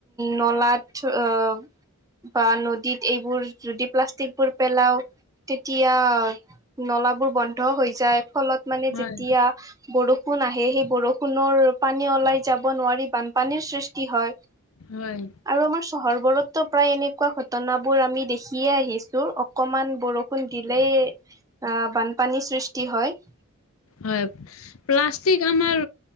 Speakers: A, on the right; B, on the left.
A: নলাত আহ বা নদীত এইবোৰ যদি প্লাষ্টিকবোৰ পেলাও তেতিয়া নলাাবোৰ বন্ধ হৈ যায় ফলত মানে
B: হয়
A: যেতিয়া বৰষুণ আহে সেই বৰষুণ কুনৰ পানী ওলাই যাব নোৱাৰিব পানীৰ সৃষ্টি হয়
B: হয়
A: আৰু আমাৰ চহৰবোৰতো প্ৰায় এনেকুৱা ঘটনাবোৰ আমি দেখিয়ে আহিছো অকমান বৰষুণ দিলেই আহ বানপানীৰ সৃষ্টি হয়
B: হয় প্লাষ্টিক আমাৰ